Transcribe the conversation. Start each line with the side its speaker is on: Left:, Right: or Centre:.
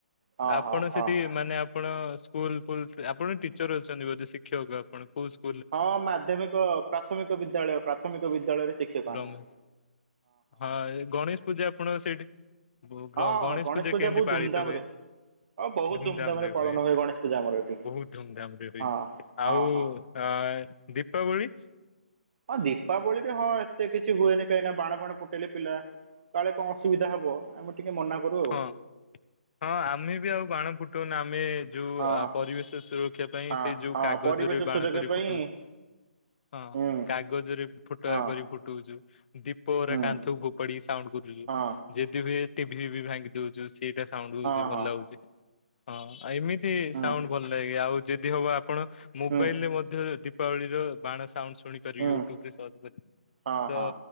Right: ହଁ
Left: ଆପଣ
Right: ହଁ ହଁ
Left: ସେଠି
Right: ହଁ
Left: ମାନେ ଆପଣ- ସ୍କୁଲ ଫୁଲ ଆପଣ ଟିଚର ଅଛନ୍ତି ବୋଧେ ଶିକ୍ଷକ ଆପଣ କଉ ସ୍କୁ-
Right: ହଁ ମାଧ୍ୟମିକ ପ୍ରାଥମିକ ବିଦ୍ୟାଳୟ ପ୍ରାଥମିକ ବିଦ୍ୟାଳୟରେ ଶିକ୍ଷକ
Left: ବ୍ରହ୍ମେଶ
Right: ଆମେ।
Left: ହଁ ଗଣେଶ ପୂଜା ଆପଣଙ୍କ ସେଇଠି- ଗ
Right: ହଁ
Left: ଗଣେଶ
Right: ହଁ
Left: ପୂଜା କେମିତି
Right: ବହୁତ
Left: ପାଳିତ
Right: ଧୁମଧାମ
Left: ହୁଏ?
Right: ରେ ହଁ ବହୁତ
Left: ଧୁମଧାମରେ
Right: ଧୁମଧାମ ରେ ପାଳନ
Left: ହୁଏ
Right: ଗଣେଶ ପୂଜା ଆମର ଏଠି
Left: ବହୁତ ଧୁମଧାମ ରେ ହୁଏ।
Right: ହଁ
Left: ଆଉ
Right: ହଁ ହଁ।
Left: ଆ ଏ - ଦୀପାବଳି।
Right: ହଁ ଦୀପାବଳିରେ ହଁ ଏତେ କିଛି ହୁଏନି କାହିଁକି ନା ବାଣ ଫଣ ଫୁଟେଇଲେ ପିଲା- କାଳେ କଣ ଅସୁବିଧା ହବ ଆମେ ଟିକେ ମନା କରୁ ଆଉ।
Left: ହଁ। ହଁ ଆମେ ବି ଆଉ ବାଣ ଫୁଟଉନ ଆମେ ଯୋଉ
Right: ହଁ
Left: ପରିବେଶ ସୁରକ୍ଷା ପାଇଁ
Right: ହଁ
Left: ସେଇ ଯୋଉ
Right: ହଁ
Left: କାଗଜରେ-
Right: ପରିବେଶ
Left: ବାଣ
Right: ସୁରକ୍ଷା
Left: କରି
Right: ପାଇଁ
Left: ଫୁଟଉଛୁ। ହଁ।
Right: ହୁଁ
Left: କାଗଜରେ ଫୁଟା
Right: ହଁ
Left: କରି ଫୁଟୋଉଚୁ ଦୀପରେ
Right: ହୁଁ
Left: କାନ୍ଥକୁ <unintelligible> ସାଉଣ୍ଡ୍ କରୁଚି ଯିଏ
Right: ହଁ
Left: ଯେଦି ବି ଟିଭି ଫିଭି ଭାଙ୍ଗି ଦଉଚୁ ସେଇଟା ସାଉଣ୍ଡ୍ ହଉଚି
Right: ହଁ
Left: ଭଲ
Right: ହଁ
Left: ଲାଗୁଚି। ହଁ ଏମିତି
Right: ହୁଁ
Left: ସାଉଣ୍ଡ୍ ଭଲ ଲାଗେ। ଆଉ ଯେଦି ହବ ଆପଣ ମୋବାଇଲରେ
Right: ହୁଁ
Left: ମଧ୍ୟ ଯଦି ଦୀପାବଳିର ବାଣ ସାଉଣ୍ଡ ଶୁଣିପାରି
Right: ହୁଁ
Left: ୟୁଟ୍ୟୁବରେ ସର୍ଚ୍ଚ କରି।
Right: ହଁ
Left: ତ
Right: ହଁ